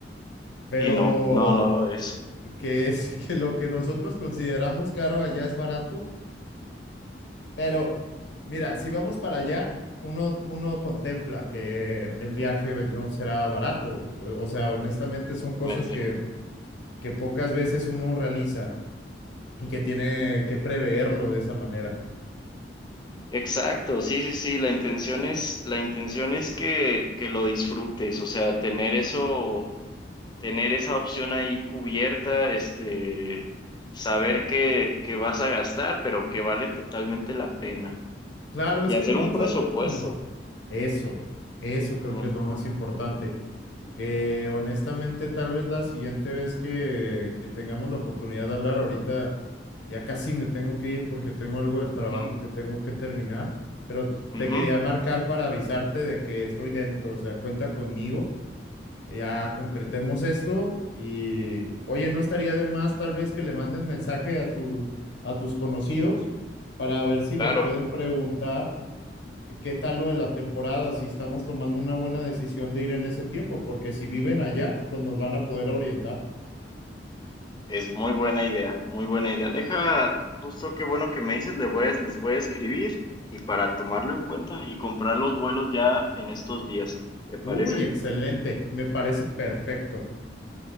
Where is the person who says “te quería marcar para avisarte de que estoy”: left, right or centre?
Left